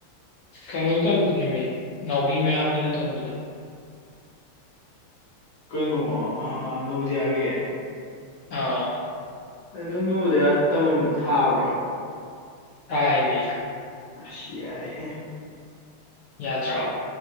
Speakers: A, on the left; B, on the left.
A: ꯀꯩꯅꯣ ꯇꯝꯕꯗꯨ ꯅꯃꯤ ꯅꯥꯎꯕꯤ ꯃꯌꯥꯝꯅ ꯊꯝꯕꯗ
B: ꯀꯩꯅꯣ ꯑ ꯅꯕꯗꯤꯌꯥꯒꯤ
A: ꯑ
B: ꯅꯪ ꯅꯣꯕꯣꯗꯤꯌ ꯊꯥꯕ꯭ꯔꯣ
A: ꯊꯥꯏ ꯃꯤ
B: ꯑꯁ ꯌꯥꯏ ꯍꯦ
A: ꯌꯥꯗ꯭ꯔꯥ